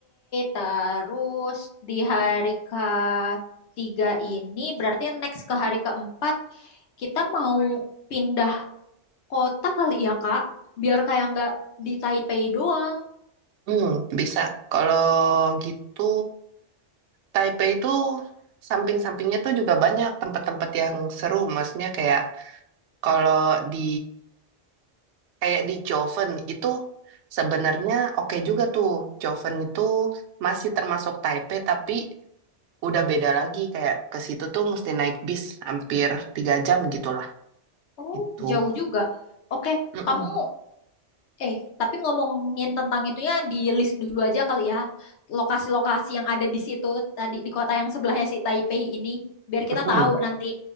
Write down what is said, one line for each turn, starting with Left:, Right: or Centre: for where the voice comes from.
Left: terus di hari ketiga ini berarti next ke hari keempat kita mau pindah kota kali ya, Kak, biar kayak nggak di Taipei doang.
Right: Hmm, bisa. Kalau gitu Taipei itu samping-sampingnya tuh juga banyak tempat-tempat yang seru, maksudnya kayak kalau di Kayak di Joven itu sebenarnya oke juga tuh. Joven itu masih termasuk Taipei tapi udah beda lagi. Kayak ke situ tuh mesti naik bis hampir tiga jam gitulah.
Left: Oh,
Right: Itu.
Left: jauh juga. Oke,
Right: Mm-mm,
Left: kamu eh tapi ngomongin tentang itunya di list dulu aja kali ya. Lokasi-lokasi yang ada di situ tadi di kota yang sebelahnya si Taipei ini biar
Right: mm-mm,
Left: kita tahu
Right: mm
Left: nanti